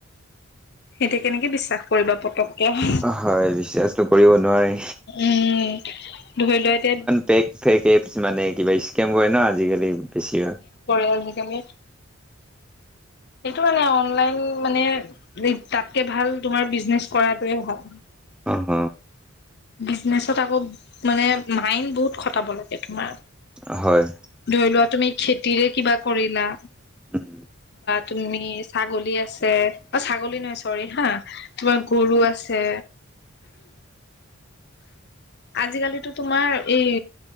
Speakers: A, on the left; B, in the centre.
A: সেইতিয়া কেনেকে বিশ্বাস কৰিবা পতককে উম
B: হয় বিশ্বাসটো কৰিব নোৱাৰি
A: উম ধৰি লোৱা এতিয়া।
B: ফেক ফেক এপ মানে কিবা স্কেম কৰে ন আজিকালি বেছি ভাগ।
A: সেইকাৰণে এইটো মানে অনলাইন মানে তাতকে ভাল তোমাৰ বিজনেচ কৰাটোৱে ভাল।
B: অ হ।
A: বিজনেচত আকৌ মানে মাইণ্ড বহুত খটাব লাগে। তোমাৰ
B: অ হয়
A: ধৰি লোৱা তুমি খেতিৰে কিবা কৰিলা।
B: উম,
A: তুমি ছাগলী আছে অ ছাগলী চৰি হা, তোমাৰ গৰু আছে আজিকালিটো তোমাৰ এই